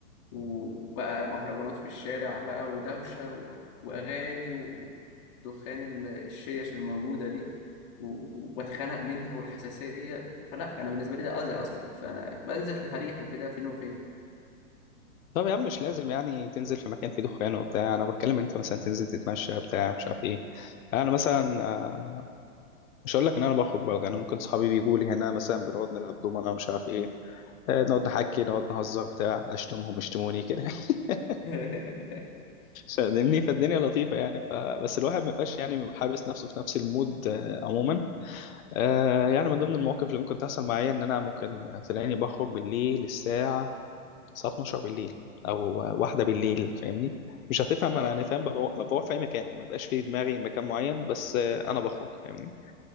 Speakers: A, on the left; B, on the left.
A: وبقى مهرجانات في الشارع بقى ودوشة و... وأغاني ودخان ال- الشيش الموجودة دي و- وبتخنق منها والحساسية فلا أنا بالنسبة لي ده أذى أصلا فبنزل تفريحي كده فين وفين
B: طب يا عم مش لازم يعني تنزل في مكان فيه دخان وبتاع انا بتكلم انت مثلا تنزل تتمشى بتاع مش عارف ايه انا مثلا آه، مش هقول لك ان انا بخرج برضه انا ممكن صحابي بيجوا لي هنا مثلا بنقعد نلعب دومنا ومش عارف ايه آه، نقعد نحكي نقعد نهزر بتاع اشتمهم اشتموني كده <laughs>
A: <laughs>
B: فاهمني فالدنيا لطيفه يعني فبس الواحد ما يبقاش يعني حابس نفسه في نفس المود آه، عموما آه، يعني من ضمن المواقف اللي ممكن تحصل معايا ان انا ممكن تلاقيني بخرج بالليل الساعه الساعه 12 بالليل او واحده بالليل فاهمني مش هتفهم
A: اه
B: انا انا فاهم ببقى- بروح في اي مكان ما بقاش في دماغي مكان معين بس آه، انا بخرج فاهمني